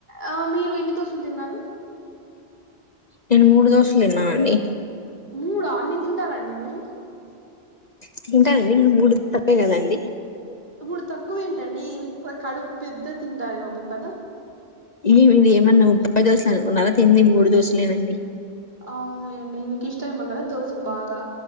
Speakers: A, on the right; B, on the left.
A: ఆ మీరు ఎన్ని దోశలు తిన్నారు
B: నేను మూడు దోశలు తిన్నానండి
A: మూడా అన్ని తింటారా అండి మీరు
B: తింటనండి ఇ మూడు తక్కువే కదండి
A: మూడు తక్కువేంటండి మీ కడుపు పెద్ద తింటారేమో మీరు కదా
B: ఈ మీది ఏమన్న ముప్పై దోసలు అనుకున్నారా తింది మూడు దోసలేనండి
A: అవునులేండి మీకు ఇష్టమేమో కద దోశలు బాగా